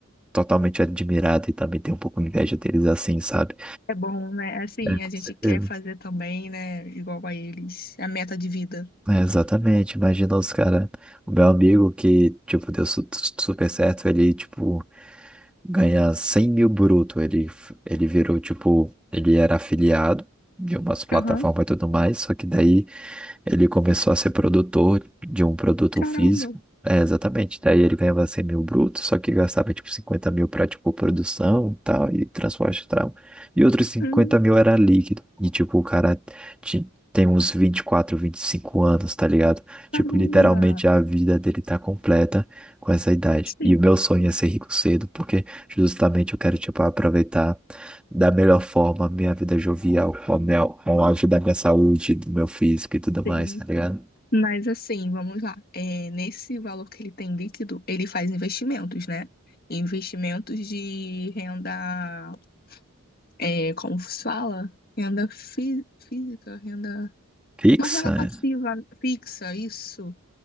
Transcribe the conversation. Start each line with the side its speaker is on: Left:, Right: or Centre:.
Centre: totalmente admirado e também tenho um pouco inveja deles assim, sabe?
Left: É bom, né? Assim,
Centre: É, com
Left: a gente
Centre: certeza.
Left: quer fazer também, né? Igual a eles. A meta de vida.
Centre: É, exatamente. Imagina os caras. O meu amigo que, tipo, deu su- super certo, ele, tipo. ganha 100 mil bruto. Ele, f- ele virou, tipo, ele era afiliado de umas plataformas
Left: Aham.
Centre: e tudo mais, só que daí ele começou a ser produtor de um produto
Left: Caramba.
Centre: físico. É, exatamente. Daí ele ganhava 100 mil brutos, só que gastava tipo 50 mil para tipo produção e tal, e transporte e tal. E outros cinquenta
Left: Uhum.
Centre: mil era líquido. E tipo, o cara ti- tem uns vinte vinte e quatro, vinte e cinco anos, tá ligado? Tipo,
Left: Caramba.
Centre: literalmente a vida dele tá completa com essa idade.
Left: Sim,
Centre: E o meu sonho é ser rico cedo, porque justamente eu quero tipo aproveitar da melhor forma a minha vida jovial, com a minha- com o auge da minha saúde, do meu físico e tudo mais,
Left: sim.
Centre: tá ligado?
Left: Mas assim, vamos lá. É, nesse valor que ele tem líquido, ele faz investimentos, né? Investimentos de renda, é, como se fala? Renda fi- física, renda.
Centre: Fixa?
Left: Uma renda passiva fixa, isso.